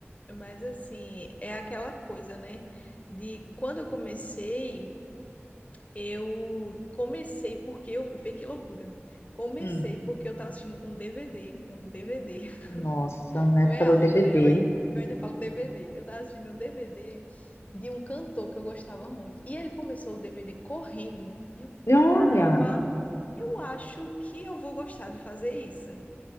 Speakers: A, on the left; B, on the left.
A: mas assim, é aquela coisa, né? De quando eu comecei Eu comecei porque eu. Vê que loucura. Comecei
B: Hum,
A: porque eu tava assistindo um DVD. É Um DVD. <laughs>
B: nossa, na época
A: Não é álbum,
B: do DVD.
A: né? Eu, ai- eu ainda falo DVD. Eu tava assistindo um DVD de um cantor que eu gostava muito. E ele começou o DVD correndo. E eu,
B: E Olha.
A: caramba, eu acho que eu vou gostar de fazer isso.